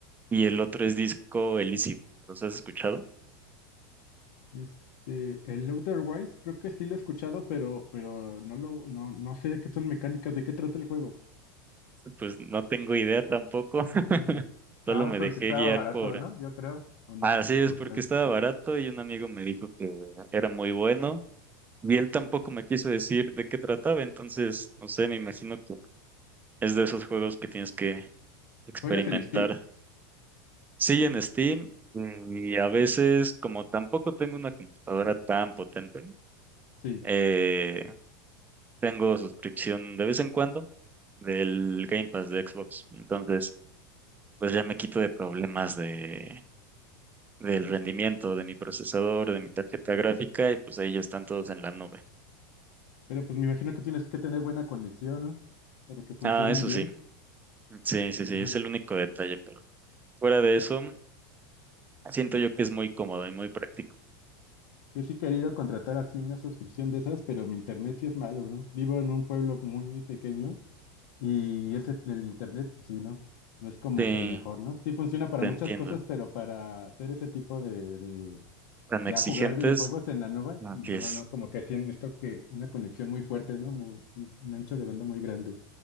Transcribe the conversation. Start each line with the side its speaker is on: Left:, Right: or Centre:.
Right: y el otro es Disco Elysium. ¿Los has escuchado?
Left: este, el Outer Wilds creo que sí lo he escuchado, pero, pero no lo, no, no sé de qué son mecánicas, de qué trata el juego.
Right: Pues no tengo idea tampoco.
Left: <laughs>
Right: Solo
Left: Nada más
Right: me
Left: porque
Right: dejé
Left: estaba
Right: guiar
Left: barato,
Right: por...
Left: ¿no? Yo creo, o no,
Right: Así
Left: o
Right: es,
Left: por
Right: porque
Left: las...
Right: estaba barato y un amigo me dijo que era muy bueno y él tampoco me quiso decir de qué trataba, entonces, no sé, me imagino que es de esos juegos que tienes que experimentar.
Left: ¿Juegas en Steam?
Right: Sí, en Steam mm, y a veces, como tampoco tengo una computadora tan potente,
Left: Sí,
Right: eh, tengo suscripción de vez en cuando del Game Pass de Xbox, entonces, pues ya me quito de problemas de... del rendimiento de mi procesador, de mi tarjeta gráfica, y pues ahí ya están todos en la nube.
Left: pero pues me imagino que tienes que tener buena conexión, ¿no? Para que funcionen
Right: Ah, eso
Left: bien.
Right: sí, sí, sí, sí,
Left: Ajá.
Right: es el único detalle, pero fuera de eso, siento yo que es muy cómodo y muy práctico.
Left: Yo sí he querido contratar así una suscripción de esas, pero mi internet sí es malo, ¿no? Vivo en un pueblo muy, muy pequeño Y ese, el internet, pues sí, ¿no? No es como
Right: Sí,
Left: que el mejor, ¿no? Sí funciona para
Right: te
Left: muchas
Right: entiendo.
Left: cosas, pero para hacer ese tipo de, de
Right: Tan
Left: ya
Right: exigentes,
Left: jugar videojuegos en la nova,
Right: no,
Left: no,
Right: que es.
Left: no, como que sí necesito que una conexión muy fuerte, ¿no? Muy, un un ancho de banda muy grande.